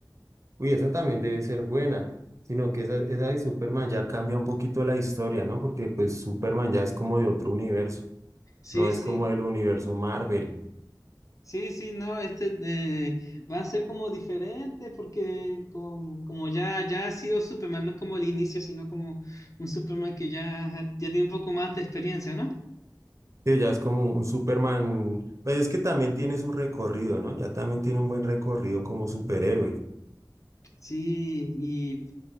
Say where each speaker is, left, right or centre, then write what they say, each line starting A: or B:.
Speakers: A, on the right (about 40°); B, on the left (about 45°).
A: Uy, esa también debe ser buena, sino que esa, esa de Superman ya cambia un poquito la historia, ¿no? Porque pues Superman ya es como de otro universo,
B: Sí,
A: no es
B: sí,
A: como el universo Marvel.
B: Sí, sí, no, este eh, van a ser como diferentes porque como, como ya, ya ha sido Superman, no es como el inicio, sino como un Superman que ya, ya tiene un poco más de experiencia, ¿no?
A: Sí, ya es como un Superman, pues es que también tiene su recorrido, ¿no? Ya también tiene un buen recorrido como superhéroe.
B: Sí, y,